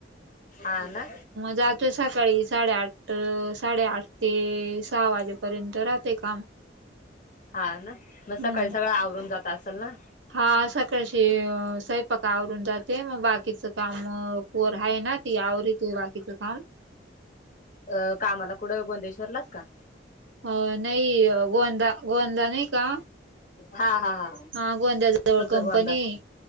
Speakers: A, on the left; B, on the right.
A: आ ना
B: जातोय सकाळी साडेआठ साडेआठ ते सहा वाजेपर्यंत राहते काम
A: हा ना
B: हम्म
A: मग सकाळी सगळं आवरून जात असेल ना?
B: हा सकाळचे स्वयंपाक आवरून जाते, मग बाकीचं काम पोर हाय ना ती आवरती बाकीचं काम.
A: अ कामाला कुठं बोंदेश्वरलाच का?
B: अ नाही अ गोंदा गोदा नाही का
A: हा, हा, हा.
B: हा गोंद्याच्या जवळ
A: सध्या
B: कंपनी
A: गोंदा
B: हाय.